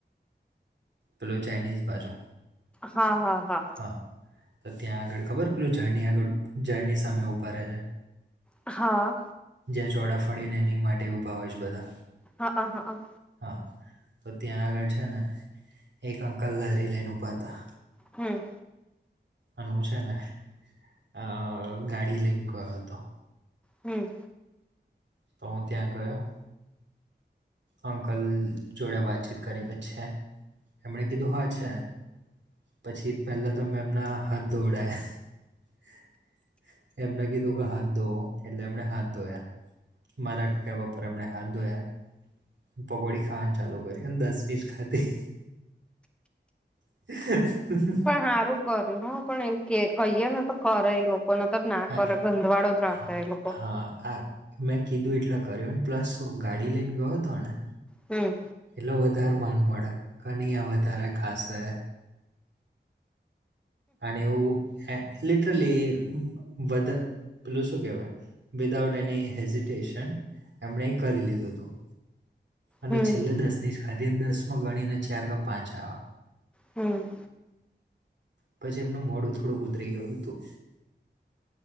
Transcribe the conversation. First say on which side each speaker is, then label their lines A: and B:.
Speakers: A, on the right; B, in the centre.
A: પેલો ચાાઈનીઝ બાજો.
B: હા હા હા.
A: હા તો ત્યાં આગળ ખબર પેલું જર્ની આગળ ઝાડની સામે ઊભા રહે છે?
B: હા.
A: જ્યાં ચોડાફડીને એની માટે ઊભા હોય છે બધા.
B: હાક હાક.
A: હા, તો ત્યાં આગળ છે ને એક અંકલ ધારી લઈને ઉભા હતા.
B: હમ્મ.
A: અને હું છે ને અ ગાડી લઈને ગયો હતો.
B: હમ્મ.
A: તો હું ત્યાં ગયો. અંકલ જોડે વાતચીત કરી છે એમણે કીધું હા છે. પછી પહેલા તો મે એમના હાથ ધોવડાયા. એમને કીધો કે હાથ ધોવો એટલે એમણે હાથ ધોયા. મારા કેવા પર એમણે હાથ ધોયા. પકોડી ખાવાની ચાલુ કરી અને દસમીજ ખાતી. એ.
B: પણ સારું કર્યું હો પણ એવું કે કહીએ ને તો કરે લોકો. લોકો તો ના
A: હા
B: કરે ગંધવાળો જ રાખ
A: હા
B: એ લોકો.
A: હા આ મેં કીધું એટલા કર્યો ને પ્લસ હું ગાડી લઈને ગયો હતો ને.
B: હમ્મ.
A: એટલો વધારે માન મડે, કનૈયા અહીં વધારે ખાસ હે. અને એવું લિટરલી વધે પેલું શું કેહેવાય. વિધાઉટ એની હેઝિટેશન એમણે કરી લીધું હતું. અને
B: હમ
A: છેલ્લે દસ ની જ ખાદી ને દસ માં ગણીને ચાર કે પાંચ આવે.
B: હમ્મ.
A: પછી એમનું મોડું થોડુંક ઉતરી ગયું હતું.